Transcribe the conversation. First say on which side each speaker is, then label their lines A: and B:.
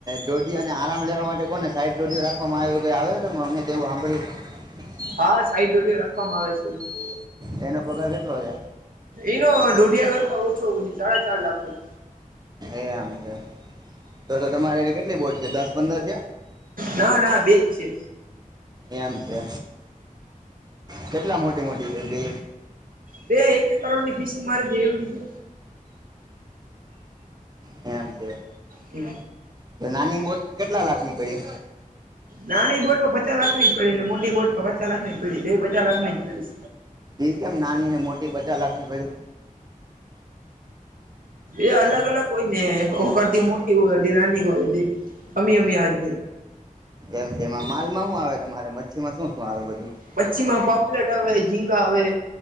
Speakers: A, on the right; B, on the right.
A: દોઢીને આરામ લેવા માટે કોને સાઈડ દોઢી રાખવામાં આવઈ આવે અમેવું સાંભળ્યું <inaudible>
B: હા સાઈટ ડ્યુળું રાખવામાં આવે છે.
A: એનો પગાર કેટલો છે.
B: એનો દોઢિયા કરતા ઓછો હોય છે સાડા ચાર લાખ હોય
A: એ આમ છે તો તો તમારેવી કેટલી બોટ છે દસ પંદર છે.
B: ના ના બેજ છે.
A: એમ છે કેટલા મોટી મોટી છે બે
B: બે એક એક કરોડ ની ફીસું મારે દેવડી છે.
A: હેમ છે.
B: છે
A: તો નાની બોટ કેટલા લાખ ની પડી
B: નાની બોટ પર પચાસ લાખની જ પડી ને મોટી બોટ પર પચાસ લાખની પીડી બે પચાલાખની પડી
A: એ કેમ નાનીને મોટી પચાસ લાખની પડી
B: એ અલગ
A: હમ
B: અલગ કોય નેખરતી મોટી કોઈધ નાની કોઈ અમી અમી આજ
A: એમ એમાં માલમાં શું આવે તમારે મચ્છીમાં શું શું આવે બધું
B: મચ્છીમાં પાપલેટ આવે ઝીંગા આવે